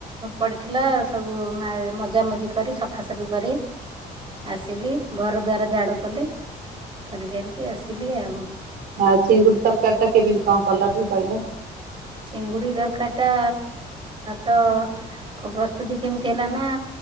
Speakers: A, on the right; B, on the right.
A: ପଡିଥିଲା ସବୁ ମା ମ ମଜାମଜି କରି ସଫାସଫି କରି ଆସିଲି ଘର ଦ୍ୱାର ଝାଡୁ କଲି, କରିକାରିକି ଆସିଲି ଆଉ
B: ହଁ ଚିଙ୍ଗୁଡି ତରକାରୀ ଟା କେମିତି କଣ କଲ ଟିକେ କହିଲ?
A: ଚିଙ୍ଗୁଡି ତରକାରୀ ଟା ତ ପ୍ରସ୍ତୁତି କେମିତି ହେଲା ନା